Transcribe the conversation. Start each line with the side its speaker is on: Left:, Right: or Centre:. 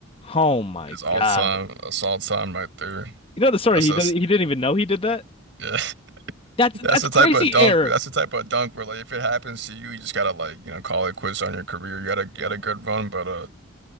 Left: Oh my
Right: is all
Left: God.
Right: time. That's all time right there.
Left: You know the story,
Right: That's
Left: he
Right: that's
Left: did he didn't even know he did that?
Right: yeah. <laughs>
Left: That's that's
Right: That's the
Left: crazy
Right: type of dunk.
Left: error.
Right: That's the type of dunk where like if it happens to you, you just gotta like you know call it quits on your career. You gotta get
Left: Yeah.
Right: a good run, but uh